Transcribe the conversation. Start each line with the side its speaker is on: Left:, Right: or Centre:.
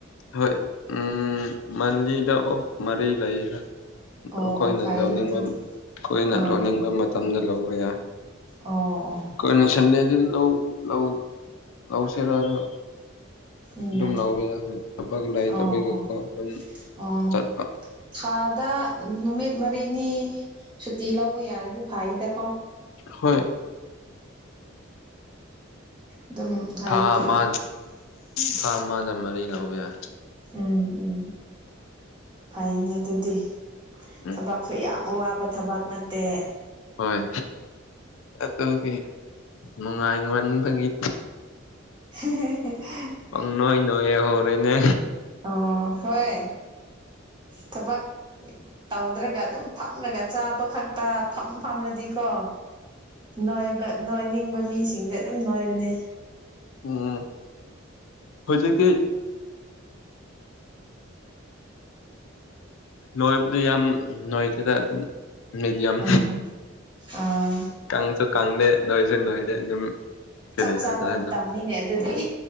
Left: ꯍꯣꯏ ꯎꯝ ꯃꯜꯂꯤꯗ ꯑꯣꯐ ꯃꯔꯤ ꯂꯩꯥꯌꯦ ꯑꯩꯈꯣꯏꯅ
Right: ꯑꯣ ꯑꯣ ꯐꯩꯌꯦꯅꯦ
Left: ꯂꯧꯅꯤꯡꯕ
Right: ꯑꯗꯨꯗꯤ
Left: ꯑꯩꯈꯣꯏꯅ
Right: ꯑꯣ
Left: ꯂꯧꯅꯤꯡꯕ
Right: ꯑꯣ
Left: ꯃꯇꯝꯗ ꯂꯧꯕ ꯌꯥꯏ
Right: ꯑꯣ ꯑꯣ
Left: ꯀꯩꯅꯣ ꯁꯟꯗꯦꯗꯨ ꯂꯧ ꯂꯧ ꯂꯧꯁꯤꯔꯗ
Right: ꯎꯝ
Left: ꯑꯗꯨꯝ ꯂꯥꯎꯕ ꯌꯥꯏ ꯊꯕꯛ ꯂꯩꯇꯕꯒꯤꯀꯣ
Right: ꯑꯣ ꯑꯣ
Left: ꯑꯗꯨꯝ
Right: ꯑꯣ
Left: ꯆꯠꯄꯥ
Right: ꯊꯥꯗ ꯅꯨꯃꯤꯠ ꯃꯔꯤꯅꯤ ꯁꯨꯇꯤ ꯂꯧꯕ ꯌꯥꯔꯗꯤ ꯐꯩꯗꯀꯣ
Left: ꯍꯣꯏ
Right: ꯑꯗꯨꯝ ꯍꯥꯏꯕꯗꯤ
Left: ꯊꯥ ꯑꯃ ꯊꯥ ꯑꯃꯗ ꯃꯔꯤ ꯂꯧꯕ ꯌꯥꯏ
Right: ꯎꯝ ꯎꯝ ꯐꯩꯅꯦ ꯑꯗꯨꯗꯤ
Left: ꯎꯝ
Right: ꯊꯕꯛꯁꯨ ꯌꯥꯝ ꯋꯥꯕ ꯊꯕꯛꯇꯠ ꯇꯦ
Left: ꯍꯣꯏ ꯑꯗꯨꯗꯤ ꯅꯨꯡꯉꯥꯏ ꯉꯟꯕꯒꯤ
Right: <inaudible>
Left: ꯄꯪ ꯅꯣꯏ ꯅꯣꯏꯌꯧ ꯍꯧꯔꯦꯅꯦ
Right: ꯑꯣ ꯍꯣꯏ ꯊꯕꯛ ꯇꯧꯗ꯭ꯔꯒ ꯑꯗꯨꯝ ꯐꯝꯂꯒ ꯆꯥꯕ ꯈꯛꯇ ꯐꯝ ꯐꯝꯂꯗꯤꯀꯣ ꯅꯣꯏꯕ ꯅꯣꯏꯅꯤꯡꯕ ꯃꯤꯁꯤꯡꯗꯤ ꯑꯗꯨꯝ ꯅꯣꯏꯕꯅꯦ
Left: ꯎꯝ ꯍꯧꯖꯤꯛꯇꯤ ꯅꯣꯏꯕꯗꯨ ꯌꯥꯝ ꯅꯣꯏꯗꯦꯗ ꯑꯗꯨꯝ ꯃꯦꯗꯤꯌꯝ
Right: ꯎꯝ ꯑꯥ
Left: ꯀꯪꯁꯨ ꯀꯪꯗꯦ ꯅꯣꯏꯁꯨ ꯅꯣꯏꯗꯦ ꯑꯗꯨꯝ ꯀꯔꯤ
Right: ꯆꯞ ꯆꯥꯕ
Left: ꯍꯥꯏꯁꯤꯔ
Right: ꯃꯇꯝꯅꯤꯅꯦ
Left: ꯑꯗꯨꯝ
Right: ꯑꯗꯨꯗꯤ